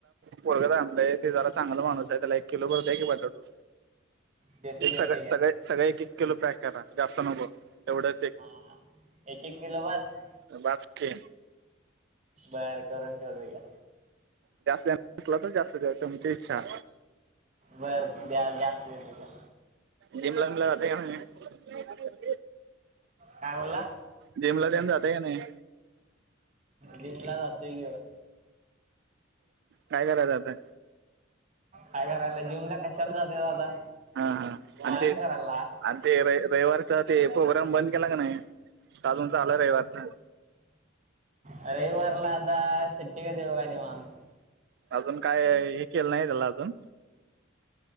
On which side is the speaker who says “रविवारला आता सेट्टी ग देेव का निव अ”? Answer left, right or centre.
Right